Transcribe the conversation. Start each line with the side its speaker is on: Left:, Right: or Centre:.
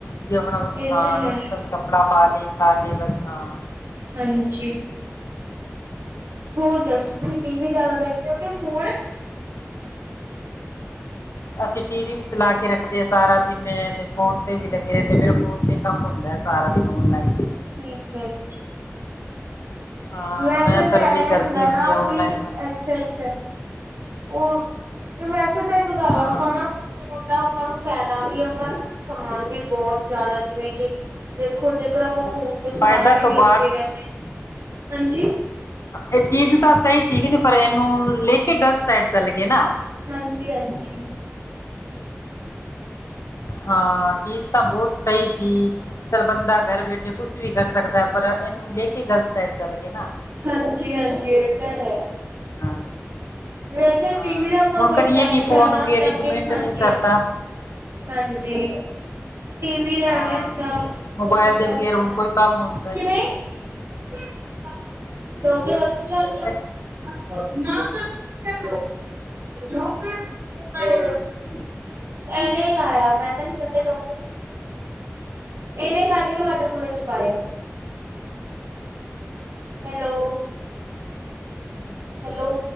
Left: ਵੀ ਆਪਣਾ
Right: ਇਹ
Left: ਹਾਂ
Right: ਤਾਂ ਹੈ
Left: ਮਨਪਸੰਦ, ਕੱਪੜਾ ਪਾ ਲੇ, ਖਾ ਲੇ ਬਸ ਹਾਂ।
Right: ਹਾਂਜੀ। ਹੋਰ ਦੱਸੋ ਤੁਸੀਂ ਟੀ ਵੀ ਜ਼ਿਆਦਾ ਦੇਖਦੇ ਹੋ ਕਿ ਫੋਨ। <unintelligible>
Left: ਅਸੀਂ ਟੀ ਵੀ ਵੀ ਚਲਾ ਕੇ ਰੱਖਦੇ ਹਾਂ ਸਾਰਾ ਦਿਨ ਤੇ ਫੋਨ ਤੇ ਵੀ ਲੱਗੇ ਰਹਿੰਦੇ ਮੇਰੇ ਫੋਨ ਤੇ। ਕੰਮ ਹੁੰਦਾ ਹੈ ਸਾਰਾ ਦਿਨ ਆਨਲਾਈਨ
Right: ਠੀਕ ਹੈ ਜੀ
Left: ਹਾਂ
Right: ਵੈਸੇ
Left: ਮੈਂ ਸਰਵੇ
Right: ਤਾਂ ਐਵੇਂ
Left: ਕਰਦੀ
Right: ਹੁੰਦਾ
Left: ਹੁੰਦੀ
Right: ਨਾ
Left: ਆ
Right: ਵੀ
Left: ਆਨਲਾਈਨ ਪਰ
Right: ਅੱਛਾ ਅੱਛਾ ਉਹ ਵੈਸੇ ਤਾਂ ਇੱਕ ਗੱਲ
Left: ਹਾਂ
Right: ਆ ਫਣਾ ਫੋਨ ਦਾ ਆਪਾਂ ਨੂੰ ਫਾਇਦਾ ਵੀ ਆ ਪਰ ਨੁਕਸਾਨ ਵੀ ਬਹੁਤ ਜ਼ਿਆਦਾ ਜਿਵੇਂ ਕਿ ਦੇਖੋ ਜੇਕਰ ਆਪਾਂ
Left: ਬੁ-
Right: ਫੋਨ ਤੇ ਸਾਰਾ
Left: ਫਾਇਦਾ
Right: ਦਿਨ
Left: ਤੋਂ ਬਾਅਦ
Right: ਲੱਗੇ ਰਹਿੰਦੇ ਹਾਂਜੀ
Left: ਏ ਚੀਜ਼ ਤਾਂ ਸਈ ਸੀਗੀ ਤੇ ਪਰ ਏਨੂੰ, ਲੇ ਕੇ ਗ਼ਲਤ ਸੈਡ ਚੱਲ ਗਏ ਨਾ।
Right: ਹਾਂਜੀ-ਹਾਂਜੀ।
Left: ਹਾਂ, ਚੀਜ਼ ਤਾਂ ਬੋਤ ਸਈ ਸੀ। ਚਲ ਬੰਦਾ ਗਰ ਬੈਠੇ ਕੁਛ ਵੀ ਕਰ ਸਕਦਾ ਏ ਪਰ ਏਨੂੰ ਲੈ ਕੇ ਗ਼ਲਤ ਸਾਈਡ ਚੱਲ ਗਏ ਨਾ
Right: ਹਾਂਜੀ-ਹਾਂਜੀ ਏ ਤਾਂ ਹੈ।
Left: ਹਾਂ
Right: ਵੈਸੇ
Left: ਹਾਂ
Right: ਟੀ ਵੀ ਦਾ ਆਪਾਂ
Left: ਹੁਣ
Right: ਨੂੰ
Left: ਕਰੀਏ
Right: ਇੱਕ ਐਵੇਂ
Left: ਕੀ ਫੋਨ
Right: ਫੈਦਾ
Left: ਵਗੈਰਾ
Right: ਹੁੰਦਾ
Left: ਇੱਕ
Right: ਕੇ
Left: ਮਿੰਟ
Right: ਹਾਂਜੀ-ਹਾਂਜੀ।
Left: ਨਹੀਂ ਸਰਦਾ
Right: ਹਾਂਜੀ। ਟੀ ਵੀ ਦਾ
Left: ਹਾਂ,
Right: ਐਵੇਂ ਹੁੰਦਾ ਕੇ
Left: ਮੋਬਾਇਲ
Right: ਆਪਾਂ
Left: ਦੇ
Right: ਸਾਰੇ,
Left: ਬਗੈਰ ਹੁਣ ਕੋਈ ਕੰਮ ਹੁੰਦਾ
Right: ਕਿਵੇਂ?
Left: ਹੀ ਨਹੀਂ।
Right: <unintelligible>
Left: ਹਾਂਜੀ, ਹਾਂਜੀ,
Right: <unintelligible> ਏਨੇ ਲਾਏਆ ਮੈਂ ਤਾਂ ਨੀ ਕੱਢੇ ਡਾਕ ਏਨੇ ਕੱਢ ਕੇ ਵਾਟਰ ਕੂਲਰ ਚ ਪਾਏਆ। ਹੈਲੋ। ਹੈਲੋ।